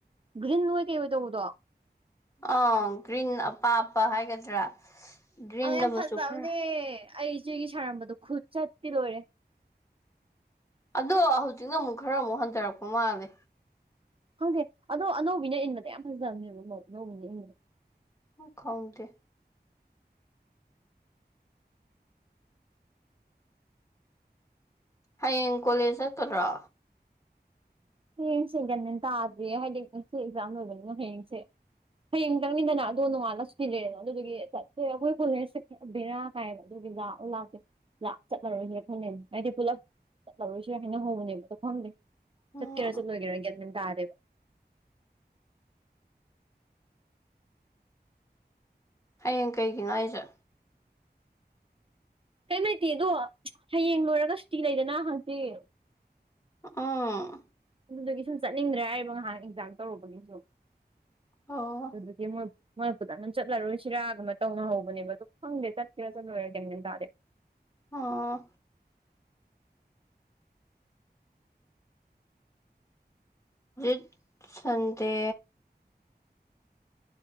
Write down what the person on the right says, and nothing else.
ꯒ꯭ꯔꯤꯟ ꯑꯣꯢ ꯀꯩ ꯑꯣꯏ ꯇꯧꯕꯗꯣ
ꯑ ꯌꯥꯝ
ꯐꯖꯕꯅꯦ
ꯑꯩ ꯏꯆꯦꯒꯤ ꯁꯥꯔꯝꯕꯗꯣ ꯈꯨꯠ ꯆꯠꯇꯤ ꯂꯣꯏꯔꯦ
ꯈꯪꯗꯦ ꯑꯗꯣ ꯑꯅꯧꯕꯤꯅ ꯏꯟꯕꯗ ꯌꯥꯝ ꯐꯖꯕꯅꯦꯕ ꯃꯧ ꯑꯅꯧꯕꯤꯅ ꯏꯟꯕꯗ
ꯍꯌꯦꯡꯁꯦ ꯒ꯭ꯌꯥꯟꯃꯦꯟ ꯇꯥꯗ꯭ꯔꯤꯌꯦ ꯍꯥꯏꯗꯤ ꯉꯁꯤ ꯑꯦꯛꯖꯥꯝ ꯂꯕꯅꯤꯅꯣ ꯍꯌꯦꯡꯁꯦ ꯍꯌꯦꯡ ꯇꯪꯅꯤꯗꯅ ꯑꯗꯣ ꯅꯣꯡꯉꯥꯜꯂ ꯁꯨꯇꯤ ꯂꯩꯔꯦꯗꯅ ꯑꯗꯨꯗꯨꯒꯤ ꯆꯠꯁꯦꯔꯥ ꯑꯩꯈꯣꯏ ꯀꯣꯂꯦꯖꯁꯦ ꯄ ꯕꯦꯔꯥ ꯀꯥꯏꯕ ꯑꯗꯨ ꯖꯥ ꯎ ꯂꯥꯛꯇꯦ ꯂꯥꯛ ꯆꯠꯂꯔꯣꯏꯁꯤꯔ ꯈꯜꯂꯤꯅꯤ ꯑꯩꯗꯤ ꯄꯨꯂꯞ ꯆꯠꯂꯔꯣꯏꯁꯤꯔꯥ ꯍꯥꯏꯅꯍꯧꯕꯅꯦꯕ ꯗꯣ ꯈꯪꯗꯦ
ꯆꯠꯀꯦꯔꯥ ꯆꯠꯂꯣꯏꯒꯦꯔꯥ ꯒꯌꯥꯟꯃꯦꯟ ꯇꯥꯗꯦꯕ
ꯀꯩꯝ ꯂꯩꯇꯦ ꯗꯣ ꯍꯌꯦꯡ ꯂꯣꯏꯔꯒ ꯁꯨꯇꯤ ꯂꯩꯗꯅ ꯍꯪꯆꯤꯠ
ꯑꯗꯨꯗꯨꯒꯤ ꯁꯨꯝ ꯆꯠꯅꯤꯡꯗ꯭ꯔꯦ ꯍꯥꯏꯕ ꯉꯥꯏꯍꯥꯛ ꯑꯦꯛꯖꯥꯥꯡ ꯇꯧꯔꯨꯕꯒꯤ ꯁꯨꯝ
ꯗꯨꯗꯤ ꯃꯣꯏ ꯃꯣꯏ ꯐꯖꯅ ꯆꯠꯂꯔꯣꯏꯁꯤꯔꯥ ꯒꯨꯝꯕ ꯇꯧꯅꯥꯥꯥ ꯍꯧꯕꯅꯦꯕ ꯑꯗꯨ ꯈꯪꯗꯦ ꯆꯠꯀꯦꯔꯥ ꯆꯠꯂꯣꯔ ꯒ꯭ꯌꯥꯟ ꯃꯦꯟꯅ ꯇꯥꯗꯦ